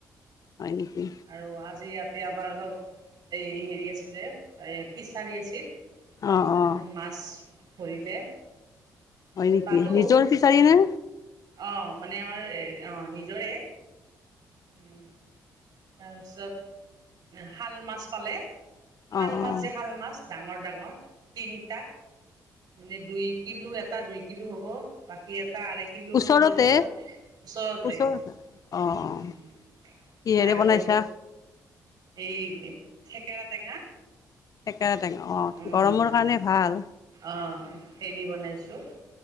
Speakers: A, on the left; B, on the right.
A: হয় নেকি?
B: আৰু আজি ইয়াত এয়া আমাৰ অলপ, এই হেৰি আছিলে, এই ফিছাৰী আছিল। এইয়া
A: অ' অ'
B: মাছ ধৰিলে। তাতে
A: হয় নেকি?
B: পালোঁ
A: নিজৰ ফিচাৰী নে?
B: অঁ মানে আমাৰ, এই অ' নিজৰে। উম। তাৰপিছত, শাল মাছ পালে। শাল
A: অ' অ'
B: মাছ যে, শাল মাছ। ডাঙৰ ডাঙৰ, তিনিটা, মানে দুই কিলো এটা দুই কিলো হ'ব, বাকী এটা টা আঢ়ৈকিলোৰ
A: ওচৰতে
B: ওপৰত হ'ব, ওচৰতে,
A: ওচৰ অ'
B: উম।
A: অ' কিহেৰে
B: আৰু
A: বনাইছা?
B: এই থেকেৰা টেঙা
A: থেকেৰা ঠেঙা, অ',
B: উম
A: গৰমৰ কাৰণে ভাল।
B: অঁ হেৰি বনাইছো।